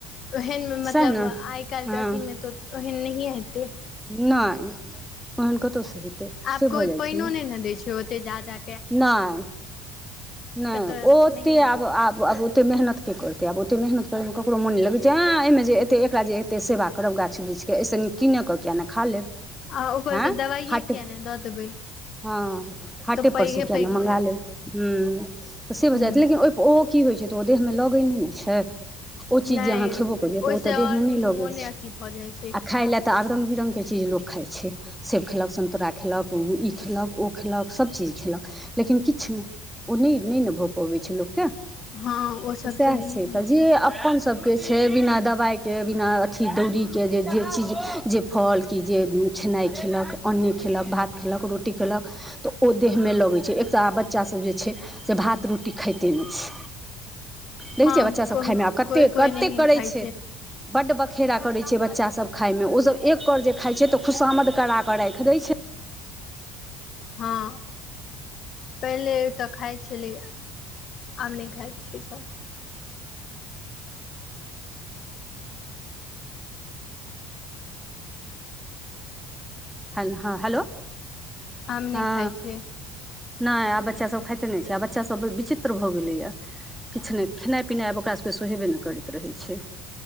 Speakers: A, on the left (about 45°); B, in the centre.
A: ओहन
B: सएह
A: मतलब
B: ने
A: आइ काल्हिके
B: हँ
A: अथीमे तऽ ओहन नहिए हेतै
B: नहि ओहन कतऽ से हेतै
A: आब
B: से भऽ
A: कोइ
B: जाइ
A: पानि
B: छै ने
A: ओ नहि न दै छै ओते जा जा
B: नहि नहि
A: तऽ
B: ओ ओते
A: नहिए हेतै
B: आब आब आब ओते मेहनत की करतै आब ओते मेह मेहनत करब ककरो मोन नहि लगै छै आँ एहि जे एतेक एकरा जे एतेक सेवा करब गा वृक्षके एहि से नीक किने कऽ किया नहि खा लेब
A: आ ऊपरसँ
B: हँ
A: दवाइए
B: हट
A: किया नहि दऽ देबै
B: हँ हट
A: तऽ पैघे
B: पर से किया
A: पैघ
B: नहि
A: हैत
B: मंगा लेब ह तऽ से भऽ
A: हूँ
B: जायत लेकिन ओहि ओहो की होइ छै त ओ देहमे लगैने ने छै ओ
A: नहि
B: चीज जे अहाँ खेबो करियौ
A: ओहिसँ
B: तऽ ओ तऽ
A: आओर
B: देह मे नहि
A: मोने
B: लगैत छै
A: अथी भऽ जाइ छै
B: आ
A: खराब
B: खाय ले तऽ आब रंग बिरंग के चीज चीज लोक खाइ छै सेब खेलक सन्तरा खेलक ई खेलक ओ खेलक सबचीज खेलहु लेकिन किछु नहि ओ नहि नहि ने भऽ पबै छै लोकके
A: हँ ओसभ
B: तऽ सएह
A: नहि
B: छै
A: होइ
B: तऽ जे अपन सब के छै बिना दबाइके बिना अथी दौरीके जे जे चीज जे फल कि जे छै खेनाइ खेलक अन्ने खेलक भात खेलक रोटी खेलक तऽ ओ देहमे लगै छै एक तऽ आ बच्चासभ जे छै से भात रोटी खाइते नहि छै देखै
A: हँ
B: छियै बच्चा सब खाय मे आब कते
A: कोइ कोइ
B: कते
A: नहिए
B: करै
A: खाइ
B: छै बड बद खेरा करै छै बच्चासभ खायमे ओसभ एक कौर जे खाइत छै तऽ खुशामद करा कऽ राखि दै छै
A: हँ पहिले तऽ खाइ छलै आब नहि खाइ छियै सभ
B: हेल ह हेलो
A: आम नहि
B: हँ
A: खाइ छियै
B: नहि आब बच्चा सब खाते नहि छै आब बच्चा सब विचित्र भए गेले या किछु नहि खेनाइ पिनायब ओकरा सभके सोहेबे नहि करैत रहय छै